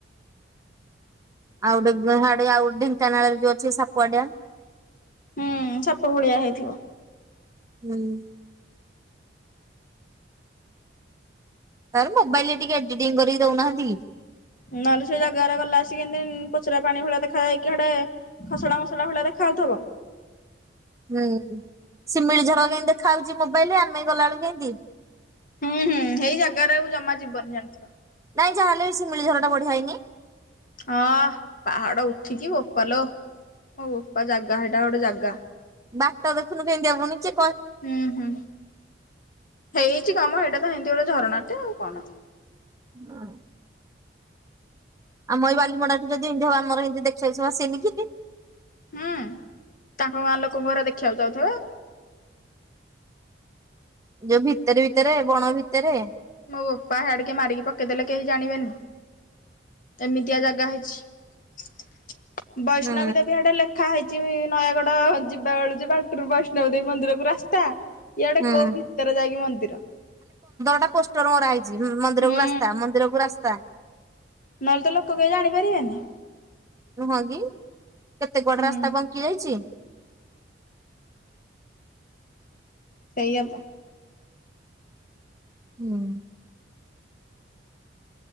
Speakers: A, on the right; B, on the left.
A: ଆଉ ଗୋଟେ ଆଉ ଢେଙ୍କାନାଳରେ ଯୋଉ ଅଛି ସାପୁଆଡିଆ।
B: ହୁଁ ସାପ ଭଳିଆ ହେଇଥିବ।
A: ହୁଁ। ତାପରେ ମୋବାଇଲରେ ଟିକେ ଏଡିଟିଂ କରିକି ଦୋଉନାହାନ୍ତି କି?
B: ନହେଲେ ସେ ଜାଗାରା ଗଲା ଆସି କେନ୍ତି ପଚରା ପାଣି ଭଳିଆ ଦେଖା ଯାଇକି ହାଡେ ଖସଡ଼ା ମସଲା ଭଳିଆ ଦେଖା ଦେଖା ହୋଉଥିବ।
A: ହୁଁ ଶିମିଳି ଝର କେନ୍ତି ଦେଖା ହୋଉଚି ମୋବାଇଲରେ ଆମେ ଗଲାବେଳୁକୁ କେନ୍ତି
B: ହୁଁ ହୁଁ ହେଇ ଜାଗାରାକୁ ଜମା ଯିବନି ଜାଣିଥିବ।
A: ନାଇଁ ଯାହା ହେଲେ ବି ଶୀମିଳୀ ମିଳିଝର ଟା ବଢିଆ ହେଇନି?
B: ହଁ ପାହାଡ ଉଠିିକି ବୋପାଲୋ। ମୋ ବୋପା ଯାଗା ହେଟା ଗୋଟେ ଯାଗା।
A: ବାଟ ଦେଖୁନୁ କେନ୍ତିଆ ପୁଣି କି
B: ହୁଁ ହୁଁ ହେଇଛି କାମ ଏଇଟା ନା ଏତି ଗୋଟେ ଝରଣାଟେ ଆଉ କଣ।
A: ହଁ। ଆମ ଏଇ ବାଲିମଣ୍ଡାଠୁ ଯଦି ଇନ୍ତି ହବ ଆମରହିନ୍ତି ସବୁ ଦେଖିବାକୁ ଆସିବେନି କି ହିଁ?
B: ହୁଁ ତାଙ୍କ ଗାଁ ଲୋକଙ୍କୁ ପରା ଦେଖିବାକୁ ଯାଉଥୁବେ
A: ଯୋଉ ଭିତରେ ଭିତରେ ବଣ ଭିତରେ
B: ମୋ ବୋପା ହ୍ୟାଡେ ମାଡି କି ପକେଇଦେଲେ କେହି ଜାଣିବେନି। ଏମିତିଆ ଜାଗା ହେଇଚି ବୈଷ୍ଣବୀ
A: ହୁଁ
B: ଦେବୀ ହ୍ୟାଡେ ଲେଖା ହେଇ ଚି ନୟାଗଡ ଯିବା ବେଳୁ ଯେ ବାଟରୁ ବୈଷ୍ଣବ ଦେବୀ ମନ୍ଦିରକୁ ରାସ୍ତା। ଇଆଡେ
A: ହୁଁ।
B: କୋଉ ଭିତରେ ଯାଇକି ମନ୍ଦିର।
A: ତା ପୋଷ୍ଟର ମରା ହେଇଚି ମନ୍ଦିରକୁ
B: ହୁଁ
A: ରାସ୍ତା ମନ୍ଦିରକୁ ରାସ୍ତା।
B: ନହେଲେ ତ ଲୋକ କେହି ଜାଣି ପାରିବେନି।
A: ନୁହଁ କି କେତେ କୁଆଡେ
B: ହୁଁ
A: ରାସ୍ତା ବଙ୍କି ଯାଇଛି।
B: ସେଇଆ ତ୍
A: ହୁଁ।